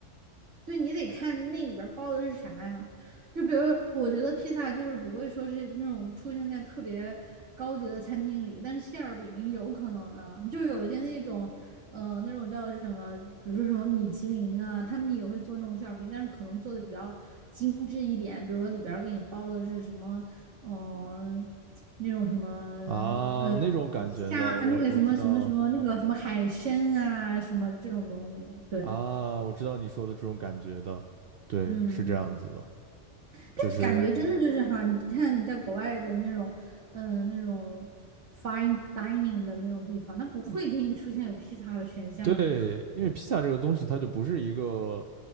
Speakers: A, on the right; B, on the right.
A: 对你得看那里边儿包的是啥呀。就比如，我觉得披萨就是不会说是那种出现在特别高级的餐厅里，但是馅儿饼有可能的，就有些那种，呃，那种叫什么，比如说什么米其林啊，他们也会做那种馅儿饼，但是可能做的比较精致一点，比如说里边儿给你包的是什么，嗯、呃那种什么，
B: 啊，
A: 呃，
B: 那种感觉的，
A: 虾，
B: 我我知道
A: 那个什么什么什么那个什么海参啊，什么这种东西，对，
B: 啊，我知道你说的这种感觉的，对，
A: 嗯。
B: 是这样子的，
A: 但感觉真的就是哈，
B: 就是
A: 你看你在国外的那种，嗯、那种 fine dining 的那种地方，它不会给你出现有披萨的选项啊，
B: 对，因为披萨这个东西，它就不是一个